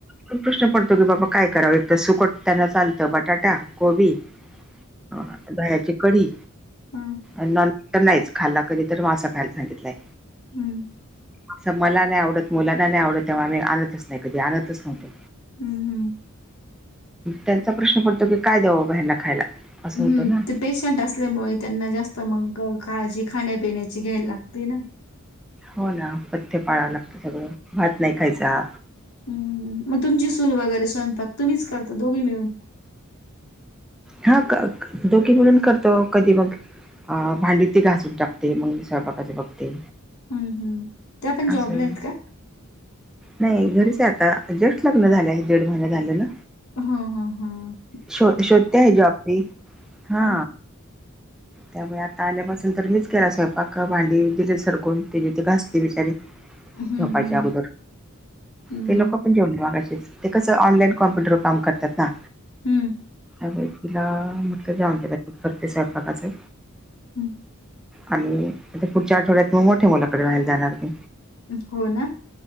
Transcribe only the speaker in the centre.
पण प्रश्न पडतो की बाबा काय करावं एकत सुकट त्यांना चालतं बटाटा कोबी ह दह्याची कढी
नॉन तर नाहीच खाल्ला कधी तर म अस खायला सांगितलंय
असं मला नाही आवडत मुलाना नाही आवडत तेव्हा आम्ही आणतच नाही कधी आणतच नव्हतो
त्यांचा प्रश्न पडतो की काय द्याव बाबा ह्यांना खायला असं
होतं ना
हो ना पथ्य पाळावं लागतं सगळं भात नाही खायाचा
हा का दोघी म्हणून करतो कधी मग भांडी ती घासून टाकते मंगी <unintelligible> स्वयंपाकाच्या बघते
असंय
नाही घरीच आता जस्ट लग्न झाले आहे दीड महिन झालेलं
शो शोधते आहे जॉबती हा
त्यामुळे आता आल्यापासून तर मीच केला स्वयंपाक भांडी दिली सरकून ते जे ते घासते बिचारी
झोपायच्या अगोदर
ते लोक पण जेवन <unintelligible> मघाशीश ते कसं ऑनलाईन कॉम्प्युटरवर काम करतात ना
त्यावे तिला म जाऊनते करते स्वयंपाकाचं
आणि आता पुढच्या आठवड्यात मोठ्या मुलाकडे व्हायला जाणार की